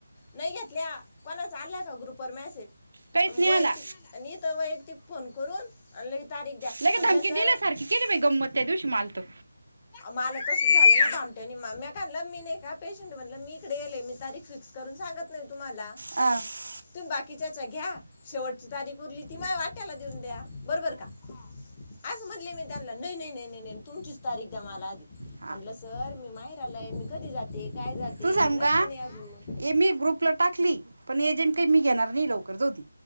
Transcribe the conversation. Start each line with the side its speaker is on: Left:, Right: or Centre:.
Left: नाही घेतल्या कोणाचा आलाय का ग्रुप वर मॅसेज.
Right: काहीच
Left: व्हय
Right: नाही आला
Left: ती आणि हीत वैयक्तिक फोन करून आणि. तारीख द्या
Right: लगेच
Left: म्हटलं
Right: धमकी
Left: सर,
Right: दिल्यासारखी केली बाई गंमत त्या दिवशी माल तो
Left: मला तस झालं ना. आणि माम्या का आणला मी नाही का पेशंट म्हणलं मी इडेेलेय मी तारीख फिक्स करून सांगत नाही. तुम्हाला,
Right: हा
Left: तुम बाकी किच्याच्या घ्या शेवटची तारीख उरली ती माया वाट्याला देऊन द्या. बरोबर का. असं म्हणले मी त्यांना नाही नाही नाही नाही तुमचीच तारीख दया मला आधी.
Right: हा
Left: म्हटलं सर मी माही लाय मी कधी जाते. काय जाते
Right: तू सांग
Left: नक्की
Right: का
Left: नाही अजून
Right: ए मी ग्रुपला टाकली पण एजेंट काही मी घेणार नाही लवकर जाऊदे,